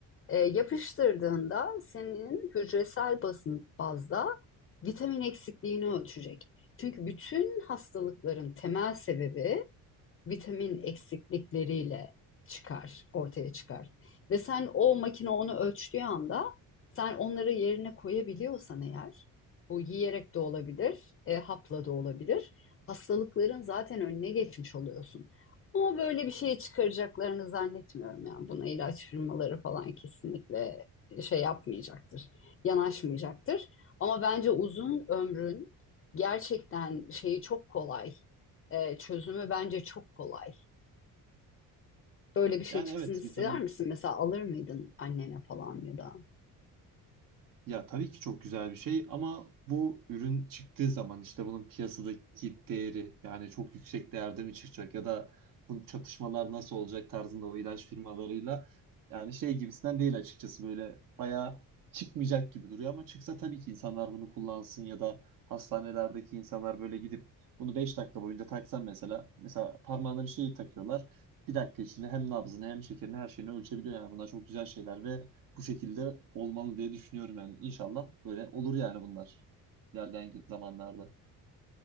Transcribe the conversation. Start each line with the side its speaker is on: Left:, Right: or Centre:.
Left: E, yapıştırdığında senin hücresel basın bazda vitamin eksikliğini ölçecek. Çünkü bütün hastalıkların temel sebebi vitamin eksiklikleriyle çıkar, ortaya çıkar. Ve sen o makine onu ölçtüğü anda sen onları yerine koyabiliyorsan eğer, bu yiyerek de olabilir, e, hapla da olabilir. Hastalıkların zaten önüne geçmiş oluyorsun. Ama böyle bir şey çıkaracaklarını zannetmiyorum yani. Buna ilaç firmaları falan kesinlikle şey yapmayacaktır, yanaşmayacaktır. Ama bence uzun ömrün gerçekten şeyi çok kolay e, çözümü bence çok kolay. Böyle bir şey
Right: Yani
Left: çıksın
Right: evet
Left: ister
Right: vitamin
Left: misin? Mesela alır mıydın annene falan ya da?
Right: Ya tabii ki çok güzel bir şey ama bu ürün çıktığı zaman işte bunun piyasadaki değeri yani çok yüksek değerde mi çıkacak ya da bu çatışmalar nasıl olacak tarzında o ilaç firmalarıyla yani şey gibisinden değil açıkçası böyle bayağı çıkmayacak gibi duruyor ama çıksa tabii ki insanlar bunu kullansın ya da hastanelerdeki insanlar böyle gidip bunu 5 dakika boyunca taksan mesela mesela parmağına bir şey takıyorlar bir dakika içinde hem nabzını hem şekerini her şeyini ölçebiliyor yani bunlar çok güzel şeyler ve bu şekilde olmalı diye düşünüyorum yani. İnşallah böyle olur yani bunlar ilerleyen zamanlarda.